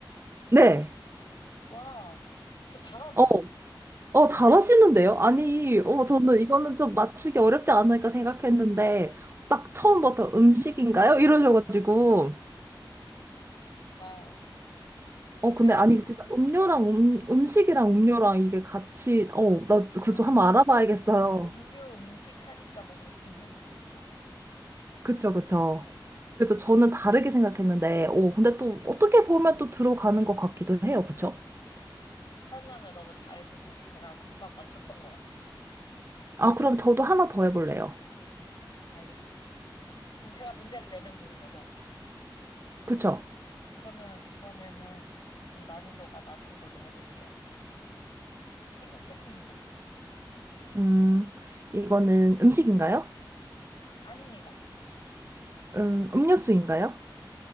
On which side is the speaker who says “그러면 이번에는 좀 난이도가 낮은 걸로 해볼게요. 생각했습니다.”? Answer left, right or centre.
Left